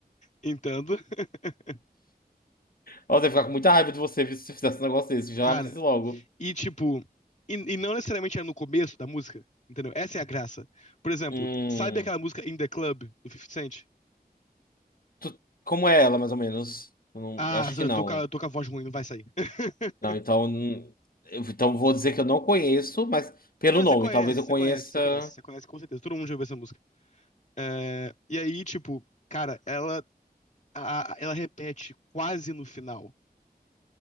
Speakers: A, on the left; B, on the left.
A: Entendo. <laughs>
B: Nossa, eu ia ficar com muita raiva de você viu, se você fizesse um negócio desse, já
A: Cara,
B: aviso logo.
A: e tipo, e, e não necessariamente é no começo da música, entendeu? Essa é a graça. Por exemplo,
B: Hum.
A: sabe aquela música In the Club do 50 Cent?
B: Tu- como é ela, mais ou menos? Eu não,
A: Ah,
B: eu acho que
A: eu
B: não.
A: tô com a, eu tô com a voz ruim, não vai sair. <laughs>
B: Não, então. hum, eu- Então vou dizer que eu não conheço, mas pelo
A: Não,
B: nome,
A: você conhece,
B: talvez eu
A: você
B: conheça.
A: conhece, você conhece, você conhece com certeza. Todo mundo já ouviu essa música. É, e aí, tipo, cara, ela, a- a- ela repete quase no final.